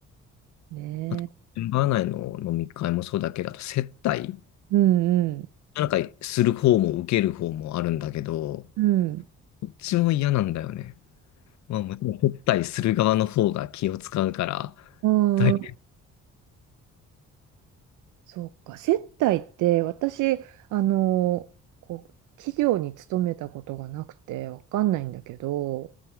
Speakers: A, on the right; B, on the left.
A: ねえ。
B: あと、メンバー内の飲み会もそうだけど、あと接待
A: うんうん。
B: なんかする方も受ける方もあるんだけど、
A: うん。
B: どっちも嫌なんだよね。まあもちろん接待する側の方が気を使うから、
A: うんうん
B: だい
A: そうか、接待って私、あの、こう、企業に勤めたことがなくてわかんないんだけど、